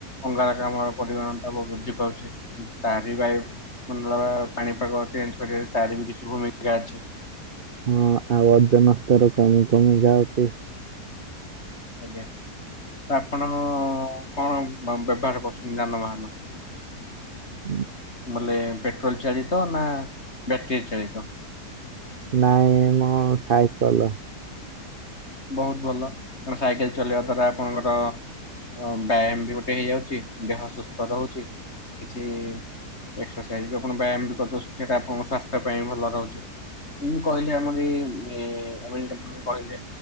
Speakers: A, on the left; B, on the right.
A: ଅ <unintelligible> କାମ ପରିମାଣ ତା ବ-ବୃଦ୍ଧି ପାଉଛି। ତାରି ବାୟୁ ମଣ୍ଡଳର ପାଣିପାଗ ଚେଞ୍ଜ ଶରୀରର ତାର ବି କିଛି ଭୂମିକା ଅଛି।
B: ହଁ ଆଉ ଓଜନ ସ୍ତର କମି କମି ଯାଉଛି।
A: ଆଜ୍ଞା। ତ ଆପଣ କଣ ବ-ବ୍ୟବହାର କରୁଛନ୍ତି ଯାନବାହାନ?
B: ଉଁ,
A: ବୋଲେ ପେଟ୍ରୋଲ୍ ଚାଳିତ ନା ବ୍ୟାଟରୀ ଚାଳିତ?
B: ନାଇଁ ମୁଁ ସାଇକଲ।
A: ବହୁତ ଭଲ କଣ ସାଇକେଲ ଚଲେଇବା ଦ୍ଵାରା ଆପଣଙ୍କର ଅ, ବ୍ୟାୟାମ ବି ଗୋଟେ ହେଇଯାଉଚି। ଦେହ ସୁସ୍ଥ ରହୁଛି। କିଛି ଏକ୍ସସାଇଜ ବି ଆପଣ ବ୍ୟାୟାମ ବି କରିଦଉ ସେଟା ଆପଣଙ୍କ ସ୍ଵାସ୍ଥ୍ୟ ପାଇଁ ଭଲ ରହୁଛି। ଇଁ କହିଲେ ଆମରି ଏ ଆମ ଏଟା କଣ କହିଲେ?